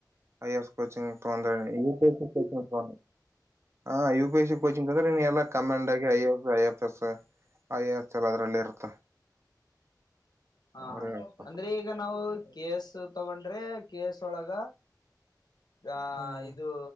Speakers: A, on the right; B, on the left.
A: ಐಎಸ್ ಕೊಚಿಂಗ್ ತೊಂಕೊಂಡ್ರೆ U P S C coaching ಹಾ U P S C coaching ಅಂದ್ರ ಎಲ್ಲ ಕಮಂಡ ಆಗಿ I F, I F S. I A S ಅದರಲ್ಲೇ ಇರುತ್ತ.
B: ಹಾ
A: ಅವ್ರೇ ಹಾಕ್ಬೇಕು
B: ಅಂದ್ರೆ ಈಗ ನಾವು ಕೆ ಎಸ್. ತಗೊಂಡ್ರೆ ಕೆ ಎಸ್ ಒಳಗ ಆ
A: ಹ್ಮ್
B: ಇದು